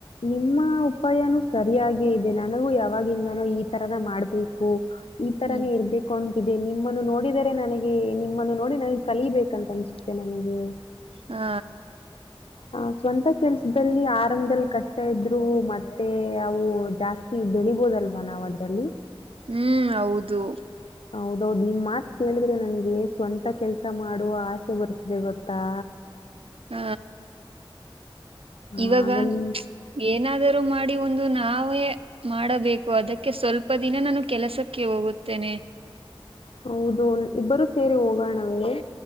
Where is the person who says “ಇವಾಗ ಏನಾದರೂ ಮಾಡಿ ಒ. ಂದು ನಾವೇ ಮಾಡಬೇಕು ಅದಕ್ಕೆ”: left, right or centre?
Right